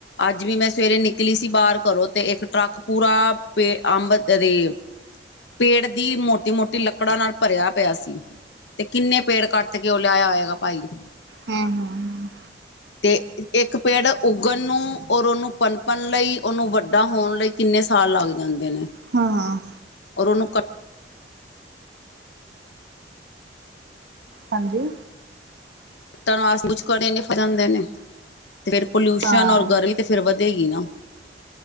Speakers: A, on the left; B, on the right.
A: ਅੱਜ ਵੀ ਮੈਂ ਸਵੇਰੇ ਨਿਕਲੀ ਸੀ ਬਾਹਰ ਘਰੋਂ ਤੇ ਇੱਕ ਟਰੱਕ ਪੂਰਾ ਪੇ ਅੰਬ ਦੇ <unintelligible> ਪੇੜ ਦੀ ਮੋਟੀ ਮੋਟੀ ਲੱਕੜਾਂ ਨਾਲ ਭਰਿਆ ਪਿਆ ਸੀ ਤੇ ਕਿੰਨੇ ਪੇੜ ਕੱਟ ਕੇ ਉਹ ਲੈ ਹੋਏਗਾ ਭਾਈ
B: ਹਮ ਹਮ ਹਮ
A: ਤੇ ਇੱਕ ਪੇੜ ਉੱਗਣ ਨੂੰ ਔਰ ਉਹਨੂੰ ਪਨਪਨ ਲਈ ਉਹਨੂੰ ਵੱਡਾ ਹੋਣ ਲਈ ਕਿੰਨੇ ਸਾਲ ਲੱਗ ਜਾਂਦੇ ਨੇ
B: ਹਾਂ ਹਾਂ
A: ਔਰ ਉਹਨੂੰ ਕੱ <unintelligible>
B: ਹਾਂਜੀ
A: ਟਾਂ ਨੂੰ ਆਸੇ ਜਾਂਦੇ ਨੇ <inaudible> ਤੇ ਫੇਰ ਪੋਲਿਊਸ਼ਨ
B: ਹਾਂ
A: ਔਰ ਗਰਮੀ ਤੇ ਫੇਰ ਵਧੇਗੀ ਨਾ